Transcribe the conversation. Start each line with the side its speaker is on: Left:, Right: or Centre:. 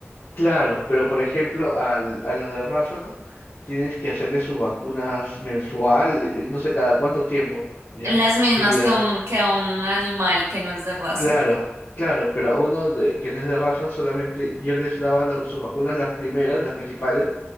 Left: claro, pero por ejemplo, al, a los de raza tienes que hacerle sus vacunas mensual, eh, no sé cada cuánto tiempo, ¿ya?
Right: Las mismas
Left: Seguidas.
Right: que a un, que a un animal que no es de raza.
Left: Claro, claro, pero a uno de, que no es de raza solamente yo les daba la- sus vacunas las primeras, las principales,